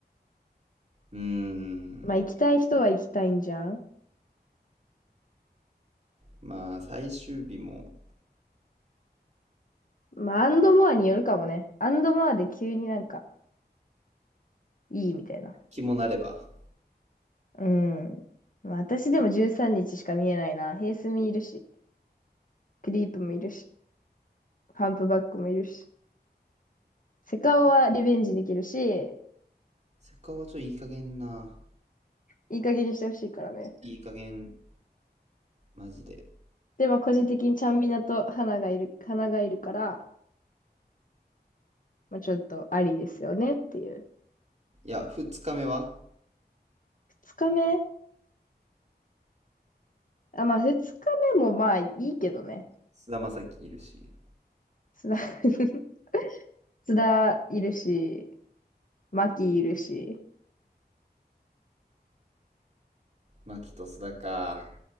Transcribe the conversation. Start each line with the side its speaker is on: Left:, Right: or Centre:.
Right: うーん。
Left: まあ行きたい人は行きたいんじゃん。
Right: まあ、最終日も
Left: まあ、アンドモアによるかもね。アンドモアで急になんか、いいみたいな。
Right: 気もなれば。
Left: うん。まあ、私でも13日しか見えないな。ヘイスミいるし、クリープもいるし、ハンプバックもいるし。セカオはリベンジできるし、
Right: せっかくはちょっといい加減な。
Left: いい加減にしてほしいからね。
Right: いい加減、マジで。
Left: でも個人的にちゃんみなと花がいる、花がいるから、まあ、ちょっとありですよねっていう。
Right: いや、2日目は
Left: 二日目あ、まあ二日目もまあいいけどね。
Right: 菅田将暉いるし。
Left: 須田 <laughs> 須田いるし、マキいるし。
Right: 牧と須田か。